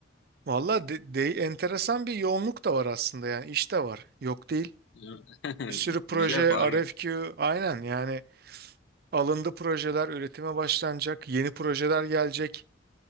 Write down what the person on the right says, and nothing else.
<laughs> Valla de, de- enteresan bir yoğunluk da var aslında yani iş de var yok değil.
Bir sürü proje
RFQ aynen yani alındı projeler üretime başlanacak yeni projeler gelecek.